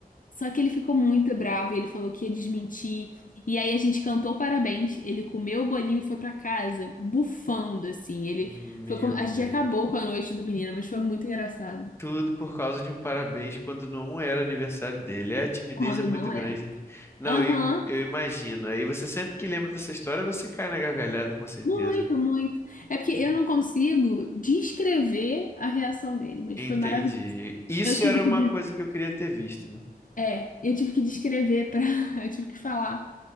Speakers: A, on the left; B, on the left.
A: Só que ele ficou muito bravo e ele falou que ia desmentir. E aí a gente cantou parabéns. Ele comeu o bolinho e foi pra casa, bufando assim. Ele
B: Meu
A: foi como... A
B: Deus.
A: gente acabou com a noite do menino, mas foi muito engraçado.
B: Tudo por causa de um parabéns quando não era aniversário dele. É, a timidez
A: Quando
B: é muito
A: não
B: grande.
A: era.
B: né? Não,
A: Aham,
B: eu, im- eu imagino. Aí você sempre que lembra dessa história, você cai na gargalhada, com certeza.
A: muito, muito. É porque
B: né?
A: eu não consigo descrever a reação dele, mas
B: Entendi.
A: foi maravilhoso.
B: Isso
A: Eu tive
B: era
A: que,
B: uma coisa que eu queria ter visto, né?
A: é, eu tive que descrever para, <laughs> eu tive que falar